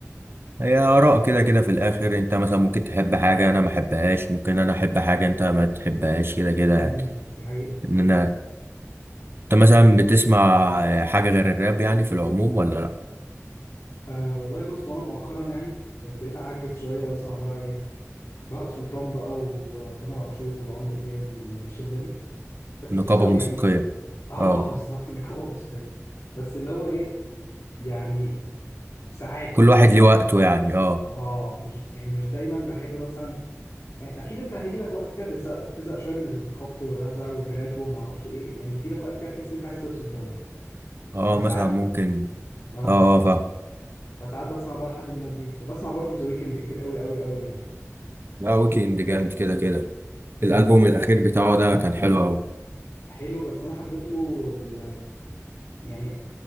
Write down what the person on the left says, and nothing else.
امم
دي حقيقه
طب
آه والله بص انا مؤخرا يعني بقيت اعجز شويه واسمع بقى ايه بهاء سلطان بقى وتامر عاشور وعمرو دياب والشله دي بس
مش قوي
يعني <laughs> اه
بالظبط نقابه موسيقيه بس اللي هو ايه يعني ساعات
اللي
اه مش يعني مش دايما بحب مثلا يعني اكيد انت هتيجي لك وقت كده تزهق تزهق شويه من الخبط والرزع والراب وما اعرفش ايه يعني هيجي لك وقت كده تحس ان انت عايز تفصل شويه
فساعات
اه
فساعات بسمع بقى حد من الناس دي وبسمع برضو ذا ويكند كتير قوي قوي قوي يعني
مم.
حلو بس انا حبيت له ال... يعني